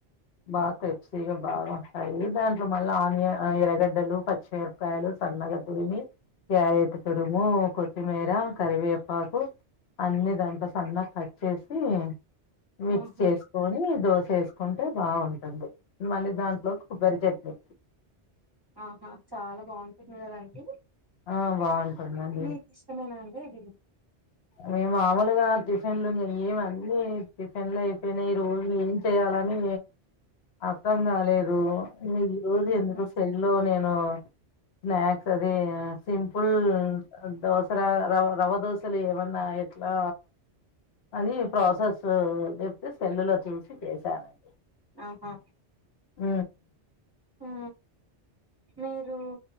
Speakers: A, on the left; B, on the right.
A: బా రిప్సీగా బాగా అవి దాంట్లో మళ్ళా ఆనియా ఎరగడ్డలు పచ్చిమిరపకాయలు సన్నగ తురిమి క్యారెట్ తురుము కొత్తిమీర కరివేపాకు అన్ని ద సన్న కట్ చేసి మిక్స్
B: ఆహా
A: చేసుకొని దోస చేసుకుంటే బాగుంటుంది మళ్ళీ దాంట్లో కొబ్బరి చట్నీ
B: ఆహా చాలా బాగుంటుంది కదాండి
A: ఆ బాగుంటుందండి
B: మీకు ఇష్టమైన అండి అది
A: మేము మామలుగా టిఫిన్ లో ఏమంది టిఫిన్ లో అయిపోయినా ఈ రోజు ఏం చెయాలని అర్థం కాలేదు ఇ ఈ రోజు
B: ఉహు
A: ఎందుకు సెల్ లో నేను స్నాక్స్ అదే సింపుల్ దోస ర రవ్వదోస లు ఏమన్నా ఎట్లా అని ప్రాసెస్ చెప్తే సెల్లులో చూసి చేసారండి
B: ఆహా
A: ఉ
B: ఉ మీరు